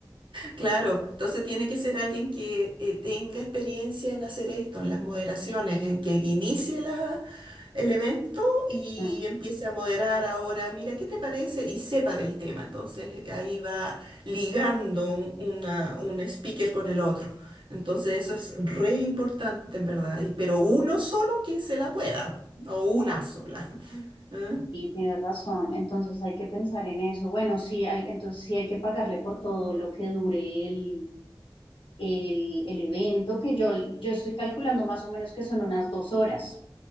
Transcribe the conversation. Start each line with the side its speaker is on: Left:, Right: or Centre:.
Right: claro. Entonces tiene que ser alguien que eh, tenga experiencia en hacer esto, en las moderaciones, en que inicie la el evento y
Left: Mm,
Right: empiece a moderar ahora, mira, ¿qué te parece? Y sepa del tema. Entonces ahí va ligando un, una- un speaker con el otro. Entonces eso es re importante en verdad, y- pero uno solo que se la pueda, po, o una sola. <laughs> ¿eh?
Left: Y tienes razón, entonces hay que pensar en eso. Bueno, sí hay, entonces sí hay que pagarle por todo lo que dure el el, el evento, que yo, yo estoy calculando más o menos que son unas dos horas.